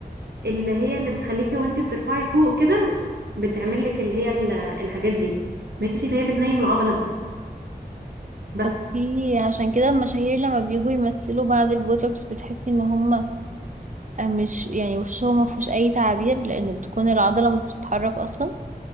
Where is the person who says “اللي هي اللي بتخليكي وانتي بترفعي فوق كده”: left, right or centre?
Right